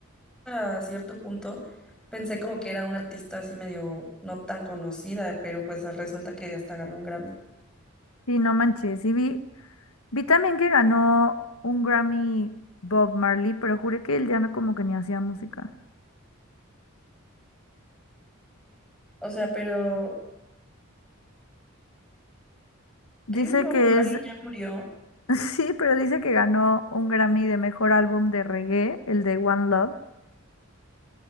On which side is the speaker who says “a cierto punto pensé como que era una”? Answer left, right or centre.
Centre